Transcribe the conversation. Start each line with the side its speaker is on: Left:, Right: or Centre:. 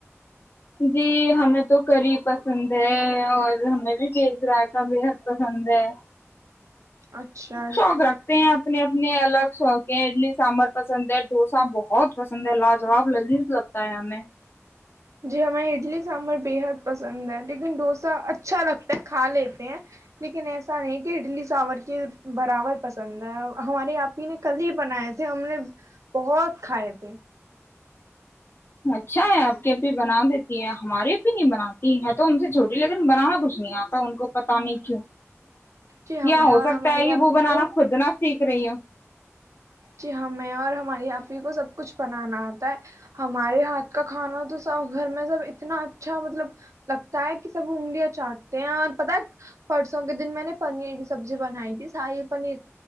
Left: جی ہمیں تو کری پسند ہے اور ہمیں بھی بیج رائ کا بےحد پسند ہے
Right: اچھا
Left: شوق رکھتے ہیں اپنے اپنے الگ شوق ہے ای لیسٹ سانبر پسند ہے ڈوسا بہت پسند ہے لاجواب لذیذ لگتا ہے ہمیں
Right: جی ہمیں اڈلی سانورر بےحد پسند ہے لیکن ڈوسا اچھا لگتا ہے کھا لیتے ہیں لیکن ایسا نہیں کہ اڈلی سانور کے برابر پسند ہے ہمارے آپ ہی نے کل ہی بنائے تھے ہم نے بہت کھائے تھے
Left: اچھا ہے آپ کے یہ بھی بنا دیتی ہے ہماریے بھی نہیں بناتی ہے تو ہم سے چھوٹی لیکن بنانا کچھ نہیں آتا ان کو پتا نہیں کیوں
Right: جی ہمیں
Left: یا ہو
Right: اور ہمارے
Left: سکتا ہے کہ
Right: آپی
Left: وہ بنانا
Right: کو
Left: کھودنا سیکھ رہی ہ
Right: جی ہمیں اور ہماری آپ ہی کو سب کچھ بنانا آتا ہے ہمارے ہاتھ کا کھانا تو گھر میں سب اتنا اچھا مطلب لگتا ہے کہ سب انگلیاں چاٹتے ہیں اور پت پرسوں کے دن میں نے پنیر کی سبزی بنائی تھی ساری پنیر